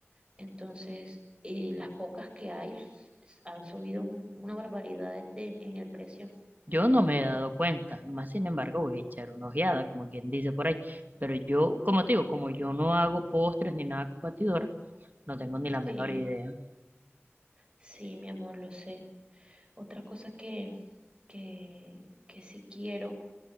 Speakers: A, on the right; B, on the right.
A: entonces eh, las pocas que hay s- s- han subido un- una barbaridad de- de- en el precio.
B: Yo no me he dado cuenta, más sin embargo voy a echar una ojeada, como quien dice por ahí. Pero yo, como te digo, como yo no hago postres ni nada con batidora, no tengo ni la
A: Sí,
B: menor idea.
A: sí, mi amor, lo sé. Otra cosa que, que, que sí quiero,